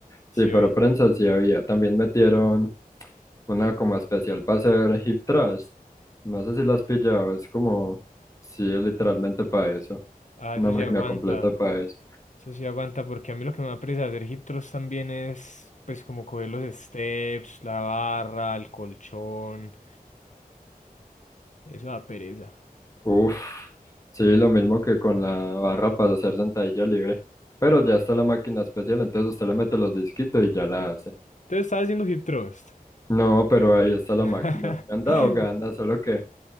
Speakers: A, on the left (about 55°); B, on the left (about 20°).
A: Sí,
B: sí, pero
A: oí.
B: prensa sí había. También metieron una como especial para hacer hip thrust. No sé si la has pillado, es como, sí, es literalmente para eso,
A: Ah,
B: una
A: eso
B: máquina
A: sí aguanta.
B: completa para eso.
A: Eso sí aguanta, porque a mí lo que me da apresa hacer hip thrust también es, pues, como coger los steps, la barra, el colchón. Eso da pereza.
B: Uf, sí, lo mismo que con la barra para hacer sentadilla libre, pero ya está la máquina especial, entonces usted le mete los disquitos y ya la hace.
A: Entonces, estaba haciendo hip thrust.
B: No, pero ahí está la
A: <laughs>
B: máquina. Me han dado ganas, solo que